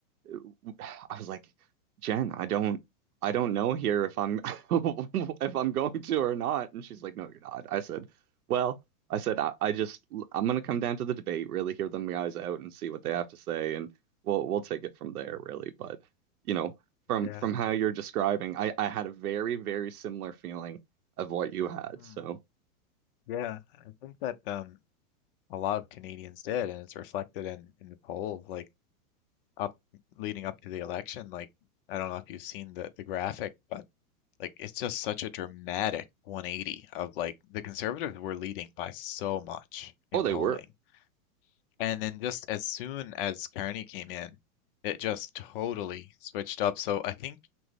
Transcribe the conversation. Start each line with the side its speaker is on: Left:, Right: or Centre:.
Right: <sighs> I was like, Jen, I don't I don't know here if I'm <laughs> if I'm going to or not. And she's like, No, you're not. I said, Well, I said, I, I just I'm gonna come down to the debate, really hear them guys out and see what they have to say, and we'll we'll take it from there, really. But you know, from
Left: yeah.
Right: from how you're describing, I I had a very, very similar feeling of what you had.
Left: Mm,
Right: So,
Left: yeah. I think that um, a lot of Canadians did, and it's reflected in in the poll, like up leading up to the election. Like I don't know if you've seen the the graphic, but Like it's just such a dramatic 180 of like the conservatives were leading by so much in
Right: oh, they
Left: polling.
Right: were.
Left: And then just as soon as Carney came in, it just totally switched up. So I think